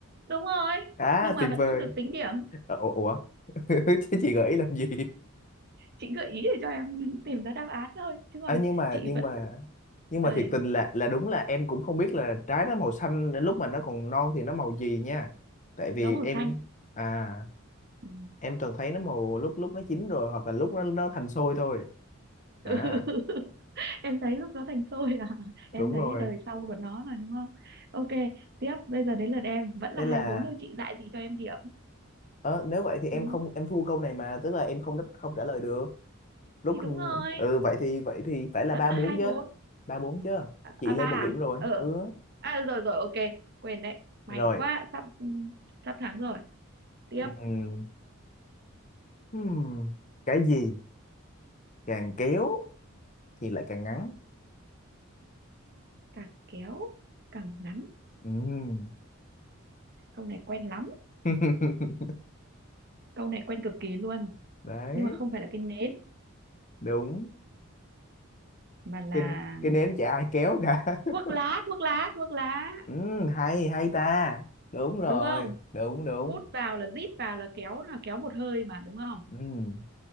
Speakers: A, on the right; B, on the left.
A: đúng rồi
B: À
A: nhưng mà
B: tuyệt
A: vẫn
B: vời.
A: không được tính điểm
B: Ờ, Ủa, ủa? <laughs> Chứ chị gợi ý làm gì?
A: chị gợi ý để cho em <laughs> tìm ra đáp án thôi chứ còn
B: Ờ, nhưng mà
A: chị
B: nhưng
A: vẫn
B: mà nhưng
A: ơi
B: mà thiệt tình là là đúng là em cũng không biết là trái nó màu xanh đến lúc mà nó còn non thì nó màu gì nha. Tại vì
A: nó màu
B: em
A: xanh
B: à
A: ừ.
B: em toàn thấy nó màu lúc lúc nó chín rồi hoặc là lúc nó nó thành xôi thôi. À
A: <laughs> em thấy lúc nó thành xôi à <laughs> em
B: đúng
A: thấy
B: rồi.
A: đời sau của nó mà đúng không ok tiếp bây giờ đến lượt em vẫn là
B: Thế
A: hai
B: là
A: bốn thôi chị dạy gì cho em điểm
B: ờ, nếu vậy thì em
A: đúng
B: không
A: không?
B: em thua câu này mà tức là em không đáp- không trả lời được. Lúc
A: thì đúng rồi
B: ừ vậy thì vậy thì phải là
A: vẫn
B: ba
A: là
B: bốn
A: hai
B: chứ.
A: bốn
B: Ba bốn chứ.
A: à
B: Chị
A: à,
B: lên
A: ba à?
B: một điểm rồi.
A: ờ
B: Ừ
A: à rồi rồi ok quên đấy may
B: rồi.
A: quá sắp sắp thắng rồi tiếp
B: Ừm, hmm, Cái gì càng kéo thì lại càng ngắn.
A: càng kéo càng ngắn
B: Ừm.
A: câu này quen lắm
B: <laughs>
A: câu này quen cực kỳ luôn
B: Đấy,
A: nhưng mà không phải là cái nến
B: đúng.
A: mà là
B: Cái, cái nến chả ai kéo cả.
A: thuốc
B: <laughs>
A: lá thuốc lá thuốc lá
B: Ừm, hay hay ta. Đúng rồi,
A: đúng không
B: đúng đúng.
A: hút vào là rít vào là kéo là kéo một hơi mà đúng không
B: Ừm,